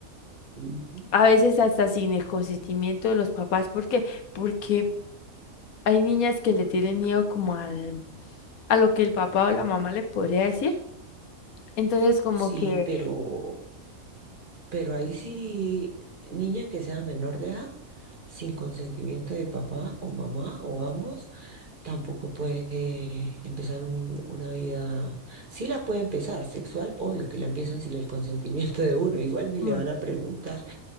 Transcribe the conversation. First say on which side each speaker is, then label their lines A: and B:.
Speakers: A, on the right; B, on the left.
A: Ujú.
B: A veces hasta sin el consentimiento de los papás, porque Porque hay niñas que le tienen miedo como al, a lo que el papá o la mamá le podría decir. Entonces, como
A: sí,
B: que
A: pero, pero ahí sí, niña que sea menor de edad, sin consentimiento de papá o mamá o ambos. Tampoco puede eh, empezar un- una vida, sí la puede empezar, sexual, obvio que la empiezan sin el consentimiento de uno, igual ni le
B: mm,
A: van a preguntar,